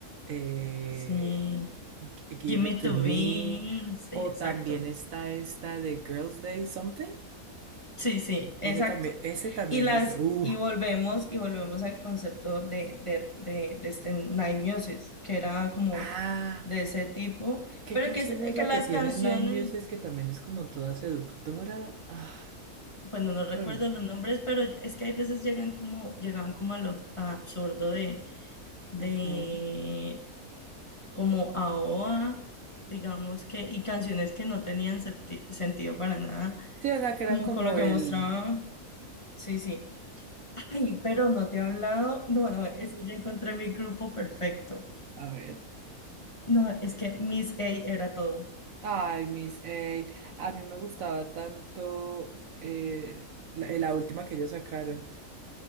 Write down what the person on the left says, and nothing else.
sí.
Give me
to
be. Sí,
exacto.
Sí, sí, exacto.
Y las,
y volvemos, y volvemos al concepto de, de, de, de este Naimiosis, que era como
de ese tipo,
pero
que, es-
que
las
canciones,
bueno, no recuerdo
los nombres, pero es que hay veces llegan como, llegan como a lo absurdo de, de
como AOA, digamos que, y canciones que no tenían septi- sentido para nada,
como
con lo que
mostraba. Sí, sí. Ay, pero no te he hablado. No, no, es
que ya encontré mi grupo perfecto.
No, es que Miss A era todo.